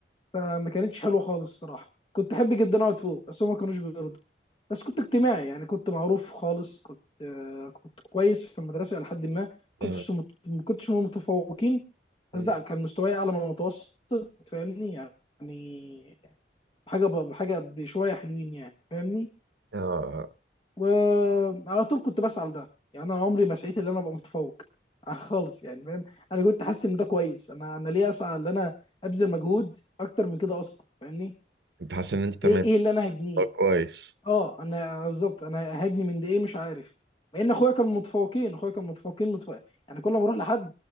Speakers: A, on the left (about 30°); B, on the right (about 70°).
A: فما كانتش حلوه خالص الصراحه كنت احب جدا اقعد فوق بس هم ما كانوش بيرضوا بس كنت اجتماعي يعني كنت معروف خالص كنت آه، كنت كويس في المدرسه الى حد ما كنتش
B: جامد.
A: مت- ما كنتش من المتفوقين
B: مم.
A: بس لا كان مستواي اعلى من المتوسط فاهمني يعني حاجه ب- حاجه بشويه حلوين يعني فاهمني
B: اه
A: وعلى طول كنت بسعى لده يعني انا عمري ما سعيت ان انا ابقى متفوق <laughs> خالص يعني فاهم انا كنت حاسس ان ده كويس انا انا ليه اسعى ان انا ابذل مجهود اكتر من كده اصلا فاهمني
B: انت حاسس ان انت تمام
A: ايه ايه اللي انا هجنيه
B: طب كويس
A: اه انا بالظبط انا هجني من ده ايه مش عارف مع ان اخويا كان متفوقين اخويا كان متفوقين متفوق يعني كل ما اروح لحد